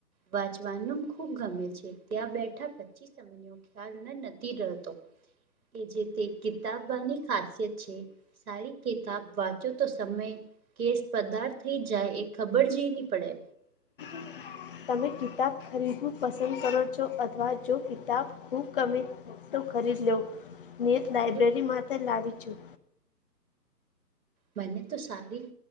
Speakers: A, on the right; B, on the left.
A: વાંચવાનું ખુબ ગમે છે ત્યાં બે ઠા પચી સમ્યો ખ્યાલના નથી રહેતો. એ જે તે કિતાબની ખાસિયત છે. સારી કિતાબ વાંચો તો સમય કેસ પદાર થઈ જાય એ ખબર જી ની પડે.
B: <inaudible> તમે કિતાબ ખરીદવું પસંદ કરો છો અથવા જો કિતાબ ખૂબ ગમે તો ખરીદ લેવ ને લાઈબ્રેરી
A: જો
B: માટે લાવી છું.
A: મને તો સારી